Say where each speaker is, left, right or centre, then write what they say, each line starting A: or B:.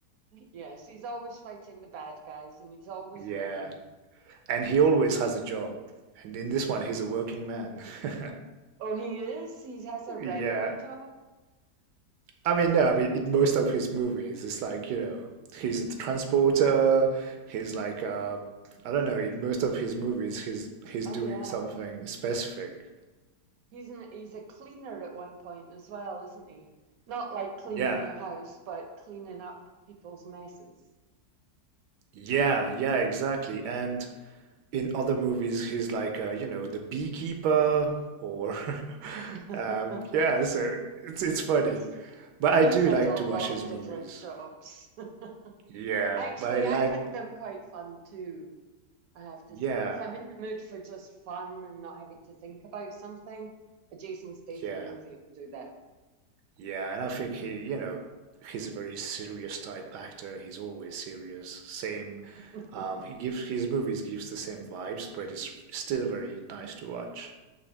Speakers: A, on the right; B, on the right.
A: Yes, he's always fighting the bad guys and he's always
B: Yeah.
A: winning.
B: And he always has a job. And in this one, he's a working man. <laughs>
A: Oh, he is? He has a regular
B: Yeah.
A: job?
B: I mean, no, I mean, in most of his movies, it's like, you know, he's a transporter, he's like, uh, I don't know, in most of his movies, he's he's
A: Oh
B: doing
A: yeah.
B: something specific.
A: He's an he's a cleaner at one point as well, isn't he? Not like cleaning
B: Yeah,
A: your house, but cleaning up people's messes.
B: yeah, yeah, exactly. And in other movies, he's like, uh, you know, the beekeeper or, <laughs>
A: <laughs>
B: um, yeah, so it's it's funny.
A: He's
B: But I
A: he's
B: do
A: had
B: like
A: a lot
B: to watch his
A: of
B: movies.
A: different jobs.
B: Yeah,
A: <laughs> Actually,
B: but I like,
A: I find them quite fun too. I have to
B: yeah,
A: say. If I'm in the mood for just fun and not having to think about something, a Jason Statham
B: yeah.
A: movie will do that.
B: Yeah, and I think he, you know, he's a very serious type actor. He's always serious. Same,
A: <laughs>
B: um, he gives his movies gives the same vibes, but it's still very nice to watch.